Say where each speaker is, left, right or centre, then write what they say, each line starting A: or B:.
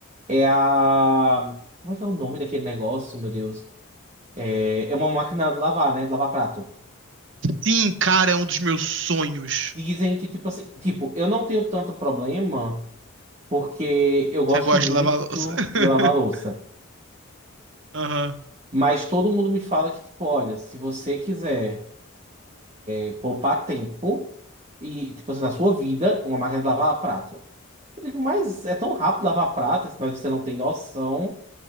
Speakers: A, on the right; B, on the right.
A: É a. Como é que é o nome daquele negócio, meu Deus? É, é uma máquina de lavar, né? De lavar prato.
B: Sim, cara, é um dos meus sonhos.
A: Dizem que, tipo assim, tipo, eu não tenho tanto problema porque eu gosto
B: Você gosta
A: muito
B: de lavar louça. <laughs>
A: de lavar louça.
B: Aham.
A: Mas todo mundo me fala que, tipo, olha, se você quiser. é, poupar tempo e, tipo assim, na sua vida, uma máquina de lavar prato. Eu digo, mas é tão rápido lavar prato, mas você não tem noção